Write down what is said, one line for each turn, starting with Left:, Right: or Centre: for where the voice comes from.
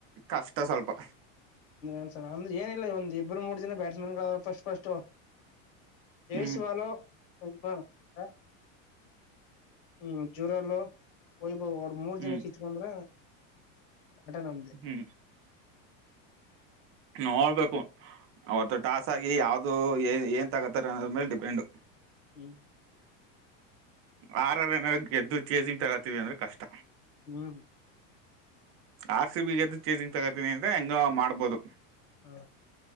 Right: ಕಷ್ಟ ಸ್ವಲ್ಪ.
Left: ಒಂದ್ಸಲ ಅಂದ್ರೆ ಏನಿಲ್ಲ ಒಂದ್ ಇಬ್ಬರು ಮೂರು ಜನ ಬ್ಯಾಟ್ಸ್ಮನ್ಗಳೂ ಅವರ ಫಸ್ಟ್ ಫಸ್ಟ್. ಜೈಸ್ವಲು.
Right: ಹ್ಮ್
Left: <unintelligible> ಹ್ಮ ಜುರಾಲೋ, ವೈಭವ್. ಅವ್ರ ಮೂರ್
Right: ಹ್ಮ್
Left: ಜನ ಕಿತ್ಕಂದ್ರ. ಅಟ ನಮ್ದೇ.
Right: ಹ್ಮ್ ನೋಡ್ಬೇಕು, ಅವತ್ತು ಟಾಸ್ ಆಗಿ ಯಾವ್ದ ದು ಏನ್ ತಗತ್ತಾರೆ ಅನ್ನೋದರ ಮೇಲೆ ಡಿಪೆಂಡ್.
Left: ಹ್ಮ್.
Right: ಆರರೇನಾದ್ರೂ ಗೆದ್ದು ಚೇಸಿಂಗ್ ತಗೋತೀವಿ ಅಂದ್ರೆ ಕಷ್ಟ.
Left: ಹ್ಮ್.
Right: ಆರ್ ಸಿ ಬಿ ಗೆದ್ದು, ಚೇಜಿಂಗ್ ತಗೋತೀನಿ ಅಂದ್ರೆ ಹೆಂಗೋ ಮಾಡ್ಬೋದು.
Left: ಹಾ.